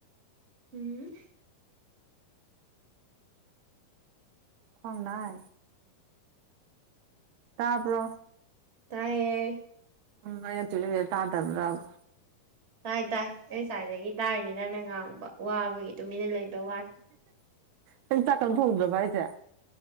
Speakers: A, on the right; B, on the right.
A: ꯎꯝ
B: ꯈꯣꯟ ꯅꯥꯏ ꯇꯥꯄꯣ
A: ꯇꯥꯏꯌꯦ
B: ꯎ ꯃ ꯊ ꯇꯥꯗꯕ꯭ꯔꯕ
A: ꯇꯥꯏ ꯇꯥꯏ ꯑꯩ ꯁꯥꯏꯏꯗꯒꯤ ꯇꯥꯏꯅꯤ ꯅꯪꯅ ꯉꯥꯡꯕ ꯋꯥꯕꯒꯤ ꯇꯨꯃꯤꯟꯅ ꯂꯩꯕ ꯋꯥꯅꯤ
B: ꯅꯪ ꯆꯥꯛꯀ ꯊꯣꯡꯗꯕ ꯍꯥꯏꯁꯦ